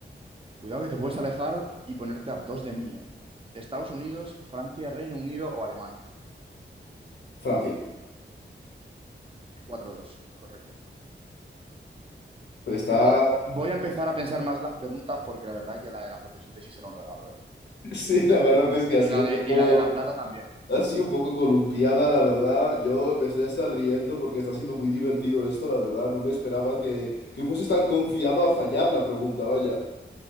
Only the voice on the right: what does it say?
Cuidado que te puedes alejar y ponerte a dos de mí, ¿eh? Estados Unidos, Francia, Reino Unido o Alemania.
4-2, correcto.
Yo
voy a empezar a pensar más las preguntas porque la verdad que la de la fotosíntesis era un regalo, ¿eh?
Y
la
de,
y la de La Plata también.
Sí,